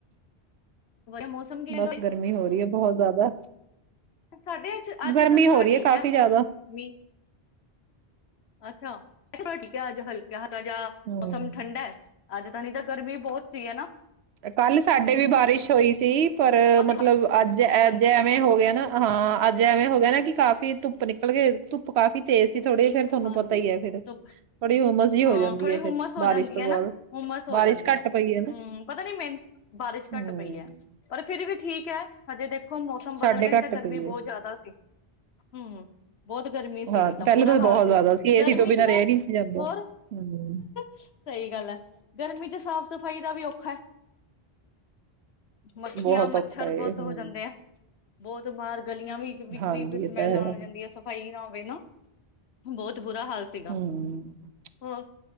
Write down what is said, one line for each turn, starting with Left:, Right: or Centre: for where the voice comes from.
Left: ਮੌਸਮ ਕਿਵੇਂ
Right: ਬਸ ਗਰਮੀ ਹੋ ਰਹੀ ਹੈ ਬਹੁਤ ਜ਼ਿਆਦਾ <inaudible>
Left: ਸਾਡੇ ਅਚ ਅੱਜ
Right: ਗਰਮੀ
Left: ਤਾਂ ਥੋੜਾ
Right: ਹੋ ਰਹੀ
Left: ਠੀਕ
Right: ਕਾਫ਼ੀ
Left: ਹੈ
Right: ਜ਼ਿਆਦਾ।
Left: ਮੀਂਹ ਅੱਛਾ ਹਟਕਿਆ ਅੱਜ ਹਲਕਾ ਹ ਜਿਹਾ ਮੌਸਮ
Right: ਹੂੰ।
Left: ਠੰਡਾ ਹੈ ਅੱਜ ਤਾਂ ਨੀ ਤਾਂ ਗਰਮੀ ਬਹੁਤ ਸੀ ਹੈਨਾ
Right: ਕੱਲ ਸਾਡੇ ਵੀ ਬਾਰਿਸ਼ ਹੋਈ ਸੀ ਪਰ
Left: ਬਹੁਤ
Right: ਮਤਲਬ ਅੱਜ
Left: ਹਾਂਜੀ
Right: ਅੱਜ ਐਵੇਂ ਹੋ ਗਿਆ ਨਾ ਹਾਂ ਅੱਜ ਐਵੇਂ ਹੋ ਗਿਆ ਨਾ ਕਿ ਕਾਫ਼ੀ ਧੁੱਪ ਨਿਕਲ ਗਏ ਧੁੱ ਕਾਫ਼ੀ ਤੇਜ਼ ਸੀ ਥੋੜ੍ਹੀ ਫੇਰ ਤੁਹਾਨੂੰ
Left: ਹਾਂਜੀ
Right: ਪਤਾ ਹੀ ਹੈ ਫੇਰ ਥੋੜੀ
Left: ਧੁੱਪ
Right: ਹੋਮਜ਼ ਜੀ ਹੋ
Left: ਹਾਂ
Right: ਜਾਂਦੀ
Left: ਥੋੜ੍ਹੀ
Right: ਹੈ
Left: ਹੁਮਸ
Right: ਫੇਰ
Left: ਹੋ
Right: ਬਾਰਿਸ਼
Left: ਜਾਂਦੀ
Right: ਤੋਂ
Left: ਹੈ
Right: ਬਾਅਦ
Left: ਨਾ ਹੁਮਸ ਹੋ
Right: ਬਾਰਿਸ਼
Left: ਜਾਂਦੀ
Right: ਘੱਟ
Left: ਹੈ
Right: ਪਈ ਏ ਨਾ
Left: ਹਮ ਪਤਾ ਨੀ ਮਹਿੰ ਬਾਰਿਸ਼
Right: ਹਮ
Left: ਘੱਟ ਪਈ ਏ ਪਰ ਫਿਰ ਵੀ ਠੀਕ ਠੀਕ ਹੈ ਹਜੇ ਦੇਖੋ ਮੌਸਮ
Right: ਸਾਡੇ
Left: ਬਦਲ ਗਿਆ ਨਹੀਂ
Right: ਘੱਟ
Left: ਤਾਂ ਗਰਮੀ
Right: ਪਈ
Left: ਬਹੁਤ
Right: ਹੈ
Left: ਜ਼ਿਆਦਾ ਸੀ ਹੂੰ, ਬਹੁਤ ਗਰ <unintelligible>
Right: ਹਾਂ ਪਹਿਲੇ
Left: ਬੁਰਾ
Right: ਤਾਂ
Left: ਹਾਲ
Right: ਬਹੁਤ
Left: ਸੀ
Right: ਜ਼ਿਆਦਾ ਏਸੀ
Left: ਗਰਮੀ
Right: ਤੋਂ ਬਿਨਾਂ
Left: ਚ ਨਾ
Right: ਰਹਿ ਨਹੀਂ ਸੀ ਜਾਂਦਾ
Left: ਹੋਰ
Right: ਹਮ
Left: ਸਹੀ ਗੱਲ ਹੈ ਗਰਮੀ ਚ ਸਾਫ਼ ਸਾਫ ਸਫਾਈ ਦਾ ਵੀ ਔਖਾ ਐ ਮੱਖੀਆਂ
Right: ਬਹੁਤ
Left: ਮੱਛਰ
Right: ਔਖਾ ਏ
Left: ਬਹੁਤ
Right: ਹਮ
Left: ਹੋ ਜਾਂਦੇ ਆ ਬਹੁਤ ਮਾਰ ਗਲੀਆਂ ਵਿੱਚ ਵਿੱਚ
Right: ਹਾਂਜੀ
Left: ਵੀ ਸਮੈਲ
Right: ਇਹ ਤਾਂ ਹੈ
Left: ਆਣ ਜਾਂਦੀ ਏ ਸਫ਼ਾਈ ਨਾਲ ਮੈਨੂੰ ਬਹੁਤ ਬੁਰਾ ਹਾਲ ਸੀਗਾ
Right: ਹਮ
Left: ਹੋਰ